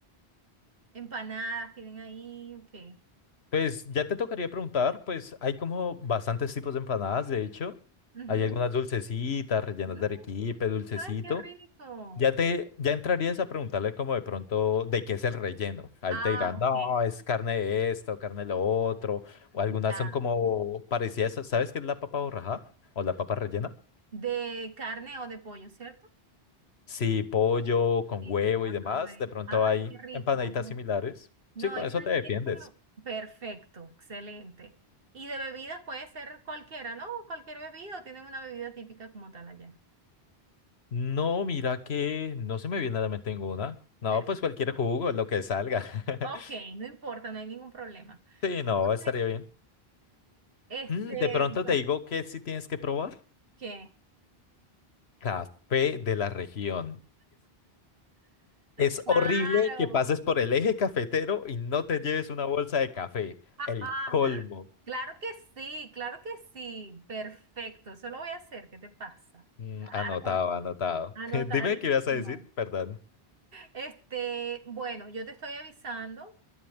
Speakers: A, on the right; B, on the left.
A: empanadas tienen ahí, ok.
B: Pues ya te tocaría preguntar, pues hay como bastantes tipos de empanadas, de hecho.
A: Ujú.
B: Hay algunas dulcecitas, rellenas
A: Mm,
B: de arequipe, dulcecito.
A: ay, qué rico.
B: Ya te, ya entrarías a preguntarle como de pronto de qué es el relleno. Ahí
A: Ah,
B: te dirán,
A: ok.
B: no, es carne de esto, carne de lo otro, o algunas
A: Ya.
B: son como parecidas. a- ¿Sabes qué es la papa borraja? ¿O la papa rellena?
A: De carne o de pollo, ¿cierto?
B: Sí, pollo con
A: Sí,
B: huevo
A: yo la
B: y demás.
A: probé.
B: De pronto
A: Ay,
B: hay
A: qué rico,
B: empanaditas
A: no.
B: similares.
A: No,
B: Sí, con
A: esa
B: eso te defiendes.
A: es como perfecto, excelente. Y de bebidas puede ser cualquiera, ¿no? Cualquier bebida o tienen una bebida típica como tal allá.
B: No, mira que no se me viene a la mente ninguna. No,
A: Perfecto.
B: pues cualquier jugo, lo que salga.
A: Ok,
B: <laughs>
A: no importa, no hay ningún problema.
B: Sí, no,
A: Entonces,
B: estaría bien.
A: este,
B: Mm, de pronto
A: pues,
B: te digo que sí tienes que probar.
A: ¿qué?
B: Café de la región. Es
A: Claro.
B: horrible que pases por el eje cafetero y no te lleves una bolsa de café.
A: <laughs>
B: El colmo.
A: Claro que sí, claro que sí. Perfecto, eso lo voy a hacer. ¿Qué te pasa?
B: Mm,
A: Claro,
B: anotado, anotado.
A: anotadísimo.
B: <laughs> Dime qué ibas a decir, perdón.
A: Este, bueno, yo te estoy avisando